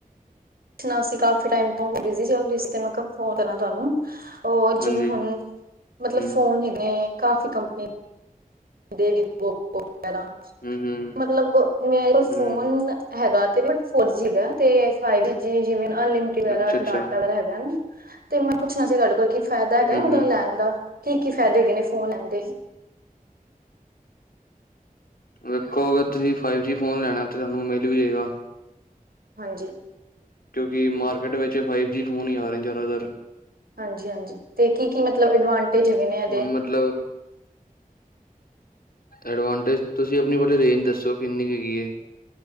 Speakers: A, on the right; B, on the left.
A: ਪੁੱਛਣਾ ਸੀਂ । ਕਾਫ਼ੀ ਟਾਇਮ ਤੋਂ ਮੈਂ ਬਿਜ਼ੀ ਚੱਲ ਰਹੀ ਸੀ। ਤੇ ਮੈਂ ਕਿਹਾਂ ਫ਼ੋਨ ਕਰਾਂ ਤੁਹਾਂਨੂੰ। ਉਹ
B: ਹਾਂਜੀ
A: ਜਿਵੇਂ ਹੁਣ ਮੱਤਲਬ
B: ਹਮ
A: ਫ਼ੋਨ ਹੀ ਨੇਂ। ਕਾਫ਼ੀ ਕੰਪਨੀ। ਦੇ <inaudible> <unintelligible>
B: ਹਮ ਹਮ
A: ਮਤਲਬ ਮੇਰੇ
B: ਹਮ
A: ਫੋਨ ਈ ਆ ਹੈਗਾ ਤੇ, ਬ ਫੋਰ ਜੀ ਦਾ ਹੈ, ਤੇ <unintelligible> ਜਿਵੇਂ ਅਨਲਿਮਿਟਿਡ ਵਾਲਾ,
B: ਅੱਛਾ ਅੱਛਾ
A: ਡਾਟਾ ਵਾਲਾ ਹੈਗਾ ਨਾ। ਤੇ, ਮੈਂ ਪੁੱਛਨਾ ਸੀ ਤੁਹਾਡੇ ਕੋਲ ਕੀ ਫਾਇਦਾ ਹੈਗਾ
B: ਹਮ
A: ਏ, ਉਹਦਾ
B: ਹਮ
A: ਲੈਨ ਦਾ। ਕੀ-ਕੀ, ਫਾਇਦੇ ਹੈਗੇ ਨੇ ਫੋਨ ਲੈਨ ਦੇ?
B: ਵੇਖੋ, ਅਗਰ ਤੁਸੀ ਫਾਈਵ ਜੀ ਫੋਨ ਲੈਣਾ, ਤੇ ਤੁਹਾਨੂੰ ਮਿਲ ਵੀ ਜਾਏਗਾ।
A: ਹਾਂਜੀ।
B: ਕਿਉਂਕਿ, ਮਾਰਕੀਟ ਵਿੱਚ ਫਾਈਵ ਜੀ ਫੋਨ ਈ ਆਏ ਨੇ ਜ਼ਿਆਦਾਤਰ।
A: ਹਾਂਜੀ-ਹਾਂਜੀ, ਤੇ ਕੀ-ਕੀ, ਮਤਲਬ ਐਡਵਾਂਟ ਟੇਜ ਹੈਗੇ ਨੇ ਇਹਦੇ।
B: ਹੁਣ ਮਤਲਬ ਐਡਵਾਂਟੇਜ, ਤੁਸੀ ਆਪਣੀ ਪਹਿਲਾਂ ਰੇਂਜ ਦੱਸੋ ਕਿੰਨੀ ਕੁ ਹੈਗੀ ਹੈ।